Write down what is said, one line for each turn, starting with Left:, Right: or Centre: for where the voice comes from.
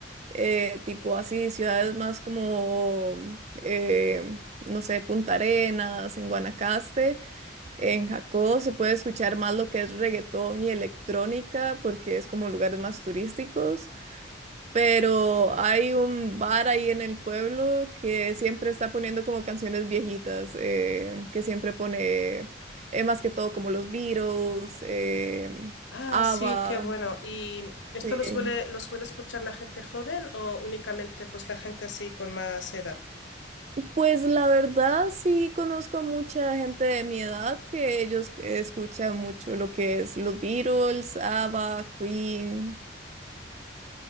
Right: eh, tipo así, ciudades más como, eh, no sé, Punta Arenas, en Guanacaste, en Jacó se puede escuchar más lo que es reggaetón y electrónica porque es como lugares más turísticos, pero hay un bar ahí en el pueblo que siempre está poniendo como canciones viejitas, eh, que siempre pone eh, más que todo como los Beatles, eh,
Left: Ah,
Right: ABBA.
Left: sí, qué bueno. ¿Y esto
Right: sí.
Left: lo suele, lo suele escuchar la gente joven o únicamente pues la gente así con más edad?
Right: Pues la verdad sí conozco a mucha gente de mi edad que ellos eh, escuchan mucho lo que es los Beatles, ABBA, Queen,